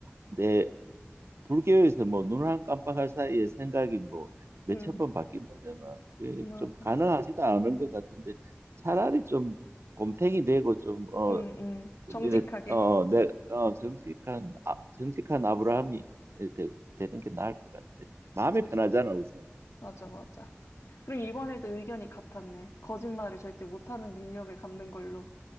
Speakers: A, on the right (about 75°); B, on the left (about 85°).
A: 내 불교에서 뭐 눈 한 깜빡할 사이에 생각이 뭐 몇
B: 응,
A: 천 번 바뀐다잖아. 그게
B: 맞아.
A: 좀 가능하지도 않은 것 같은데 차라리 좀 곰탱이 되고 좀 어,
B: 응, 응. 정직하게.
A: 이래 어, 내, 어, 정직한 아, 정직한 아브라함이 되, 되는 게 나을 것 같아요. 마음이
B: 맞아.
A: 편하잖아 우선.
B: 맞아, 맞아. 그럼 이번에도 의견이 같았네. 거짓말을 절대 못하는 능력을 갖는 걸로.